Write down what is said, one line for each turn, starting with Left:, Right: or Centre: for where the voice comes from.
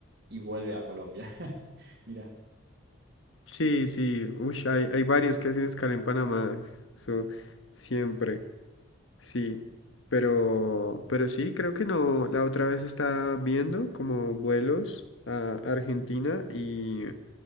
Right: y vuelve a Colombia. <laughs> Mira,
Left: Sí, sí. Uy, hay, hay varios que hacen escala en Panamá. Eso siempre. Sí, pero, pero sí, creo que no. La otra vez estaba viendo como vuelos a Argentina y,